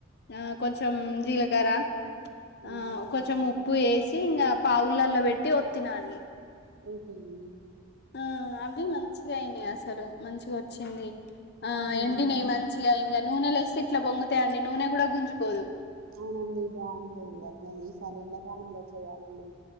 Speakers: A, on the left; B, on the right.
A: ఆ కొంచెం జీలకర
B: ఉమ్,
A: ఆ కొంచెం ఉప్పు ఎసి ఇంగ పావులల్లో పెట్టి ఒత్తినాడ్ని.
B: ఏం చేయున్ని
A: ఆ అవి మంచిగా అయినీ అసలు మంచిగా వచ్చింది ఆ
B: ఉమ్,
A: ఎండినీ మంచిగా అయి ఇంగ నూనెలో ఎస్తే ఇట్లా పొంగతాయండి నూనె కూడా గుంజుకోదు.
B: అవునండి బావుంటాయండి అట్లా ఈసారి ఎండాకాలంలో చేయ్యాలండి.